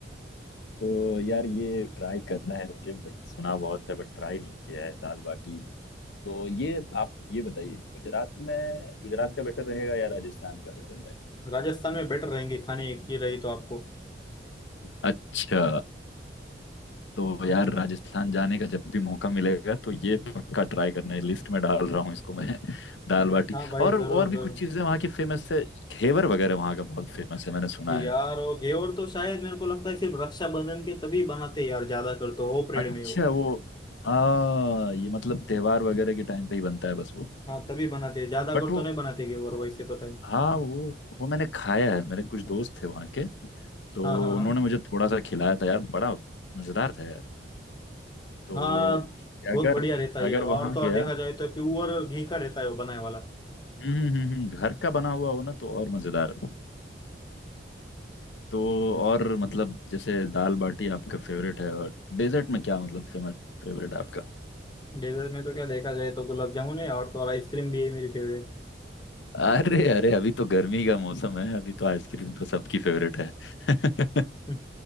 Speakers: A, on the left (about 80°); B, on the left (about 25°).
A: तो यार ये ट्राई करना है मुझे बट सुना बहुत है बट ट्राई नहीं किया है दाल बाटी तो ये आप ये बताइए गुजरात में गुजरात का बेटर रहेगा या राजस्थान का बेटर रहेगा
B: राजस्थान में बेटर रहेंगे खाने की रही तो आपको
A: अच्छा तो यार राजस्थान जाने का जब भी मौका मिलेगा तो ये पक्का ट्राई करना है लिस्ट में डाल रहा हूँ इसको मैं <laughs> दाल बाटी
B: हाँ भाई
A: और
B: जरूर
A: और भी
B: जरूर
A: कुछ चीजें वहाँ की फेमस है घेवर वगैरह वहाँ का बहुत फेमस है मैंने सुना
B: यार
A: है
B: वो घेवर तो शायद मेरे को लगता है सिर्फ रक्षाबंधन के तभी बनाते हैं यार ज्यादा कर तो वो परेड
A: अच्छा
B: में वो
A: वो हाँ ये मतलब त्योहार वगैरह के टाइम पे ही बनता है बस वो
B: हाँ तभी बनाते हैं ज्यादा कर
A: बट वो
B: तो नहीं बनाते घेवर वैसे तो टाइम
A: हाँ वो वो मैंने खाया है मेरे कुछ दोस्त थे वहाँ के तो
B: हाँ हाँ हाँ
A: उन्होंने मुझे थोड़ा सा खिलाया था यार बड़ा मज़ेदार था यार तो
B: हाँ बहुत
A: अगर
B: बढ़िया रहता है
A: अगर
B: यार और
A: वहाँ
B: तो और
A: गया
B: देखा जाए तो प्योर घी का रहता है वो बनाने वाला
A: हम्म हम्म हम्म हम्म, घर का बना हुआ हो ना तो और मज़ेदार तो और मतलब जैसे दाल बाटी आपका फेवरेट है और डेजर्ट में क्या मतलब फेमस फेवरेट आपका
B: डेजर्ट में तो क्या देखा जाए तो गुलाब जामुन है और तो और आइसक्रीम भी है मेरी फेवरेट
A: अरे अरे अभी तो गर्मी का मौसम है अभी तो आइसक्रीम तो सबकी फेवरेट है <laughs>
B: हम्म,